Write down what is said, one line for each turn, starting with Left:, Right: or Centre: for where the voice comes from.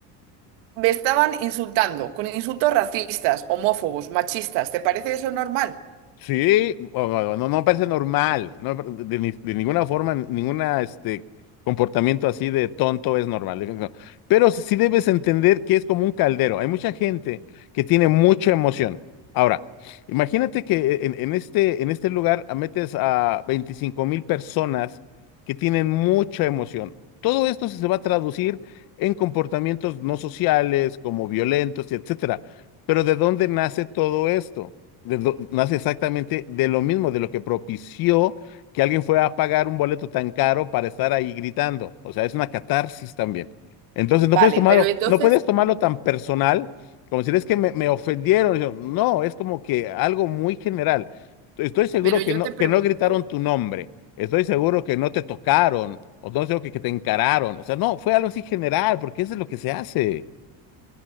Right: Me estaban insultando con insultos racistas, homófobos, machistas. ¿Te parece eso normal?
Left: Sí, bueno, no, no parece normal, no, de, ni- de ninguna forma, ninguna este comportamiento así de tonto es normal. de- no. Pero sí debes entender que es como un caldero. Hay mucha gente que tiene mucha emoción. Ahora, imagínate que eh, en, en este, en este lugar metes a veinticinco mil personas que tienen mucha emoción. Todo esto se va a traducir en comportamientos no sociales, como violentos, y etcétera. Pero ¿de dónde nace todo esto? de do- nace exactamente de lo mismo, de lo que propició que alguien fuera a pagar un boleto tan caro para estar ahí gritando. O sea, es una catarsis también. Entonces, no
Right: Vale,
Left: puedes tomarlo,
Right: pero entonces,
Left: no puedes tomarlo tan personal, como decir, es que me, me ofendieron. Yo, no, es como que algo muy general. Estoy seguro
Right: pero
Left: que
Right: yo
Left: no,
Right: te pregunto.
Left: que no gritaron tu nombre. Estoy seguro que no te tocaron, o no sé, o que, que te encararon. O sea, no, fue algo así general, porque eso es lo que se hace.